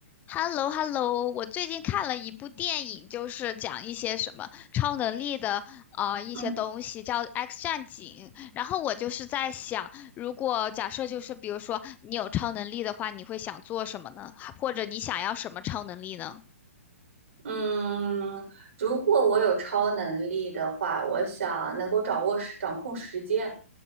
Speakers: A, on the left; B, on the right.
A: h e l l o h e l l o 我最近看了一部电影，就是讲一些什么超能力的啊一些东西，
B: 嗯
A: 叫《X 战警》。然后我就是在想，如果假设就是比如说你有超能力的话，你会想做什么呢？或者你想要什么超能力呢？
B: 嗯，如果我有超能力的话，我想能够掌握时掌控时间，